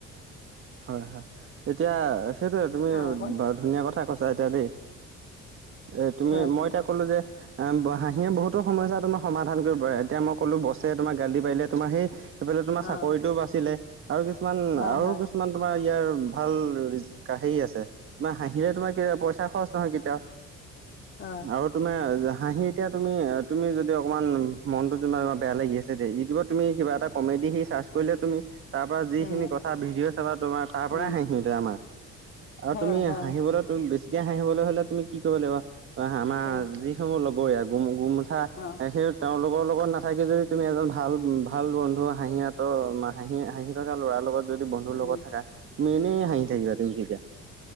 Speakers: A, on the right; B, on the left.
A: হয় হয় এতিয়া সেইটোৱে, তুমি
B: অকণ
A: ধুনীয়া কথা কৈছা এতিয়া দেই। এ তুমি
B: হয়
A: মই এতিয়া ক'লো যে অ' হাঁহিয়ে বহুতো সমস্যা তোমাৰ সমাধান কৰিব পাৰে, এতিয়া মই ক'লো বছে তোমাক গালি পাৰিলে তোমাৰ সেই সেইফালে তোমাৰ
B: অ
A: চাকৰিটো বাচিলে, আৰু কিছুমান
B: হয়
A: আৰু
B: হয়
A: কিছু মান তোমাৰ ইয়াৰ ভাল হেৰি আছে। তোমাৰ হাঁহিলে তোমাৰ পইচা খৰচ নহয় কেতিয়াও,
B: অ
A: আৰু তোমাৰ হাঁহি এতিয়া তুমি, তুমি যদি অকমান মনতো যেনিবা অলপমান বেয়া লাগি আছে দেই, ইউটিউবত তুমি কিবা এটা কমেডি সি চাৰ্চ কৰিলে তুমি তাৰ পৰা যিখিনি
B: উম
A: কথা ভিডিঅ চাবা তোমাৰ তাৰ পৰাই
B: উম
A: হাঁহি উঠে আমাৰ। আৰু
B: হয়
A: তুমি
B: হয়
A: হাঁহিবলৈ, বেছিকে হাঁহিবলৈ হলে তুমি কি কৰিব লাগিব, আমাৰ
B: উম
A: যি মোৰ লগৰীয়া, গুম গুমঠা,
B: অ
A: সেই তেওঁলোকৰ লগত নাথাকি যদি তুমি এজন ভাল ভাল বন্ধু হাহিঁতৰ, হাঁহি হাঁহি থকা ল'ৰাৰ লগত যদি বন্ধুৰ
B: উম
A: লগত থাকা, তুমি এনেই হাঁহি থাকিবা তুমি তেতিয়া।